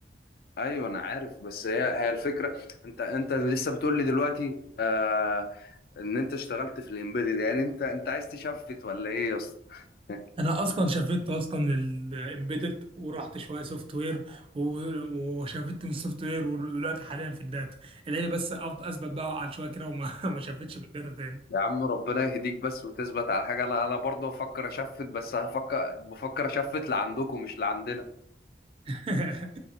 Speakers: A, on the left; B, on the right.
A: ايوه انا عارف بس هي هي الفكره انت انت لسه بتقول لي دلوقتي آه ان انت اشتغلت في الامبيدد يعني انت انت عايز تشفت ولا ايه يا اسطى <laughs>
B: انا اصلا شفت اصلا من الامبيدد ورحت شويه سوفت وير وشفت من السوفت وير ودلوقتي حاليا في الداتا ادعي لي بس أف- اثبت بقى على شويه كده وما <laughs> ما شفتش بالداتا تاني
A: يا عم ربنا يهديك بس وتثبت على حاجه انا انا برضه بفكر اشفت بس هفكر بفكر اشفت لعندكم مش لعندنا
B: <laughs>